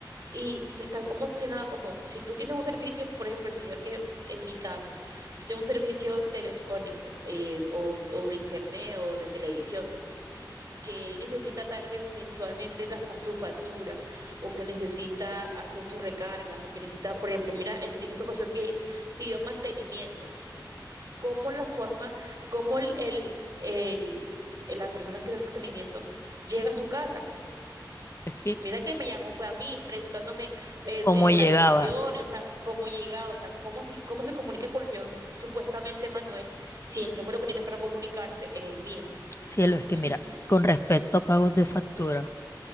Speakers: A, on the right (about 45°); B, on the left (about 35°).
A: y están como si nada, como si tú tienes un servicio, por ejemplo, el señor que en mi caso, que tiene un servicio telefónico eh, o, o de internet o de televisión. que él necesita tal vez mensualmente la fa- su factura o que necesita hacer sus recargas o que necesita, por ejemplo, mira, este- en esta ocasión que pidió mantenimiento, cómo la forma, cómo el, el, el- el- la persona que da el mantenimiento llega a su casa.
B: Es que,
A: Mira que me llamó, fue a mí preguntándome eh,
B: como
A: eh,
B: llegaba,
A: la dirección, o sea, cómo llega, o sea, cómo, si, cómo se comunica con el señor supuestamente Manuel si el número que tiene para comunicarse es el mío.
B: cielo, es que
A: <laughs>
B: mira, con respecto a pagos de factura,